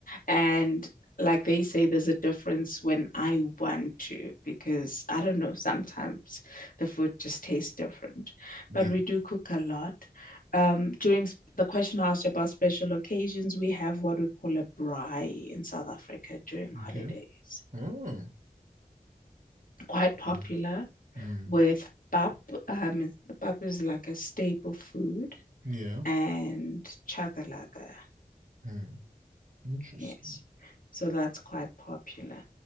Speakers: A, on the left; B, on the right.
A: And like they say, there's a difference when I want to, because I don't know, sometimes the food just tastes different.
B: Yeah.
A: But we do cook a lot. Um, during s- the question asked about special occasions, we have what we call a braai in South Africa during holidays.
B: Okay. Oh.
A: Quite popular
B: Mm. Mm.
A: with pap. Um, pap is like a staple food
B: Yeah.
A: and chakalaka.
B: Mm. Interesting.
A: Yes. So that's quite popular.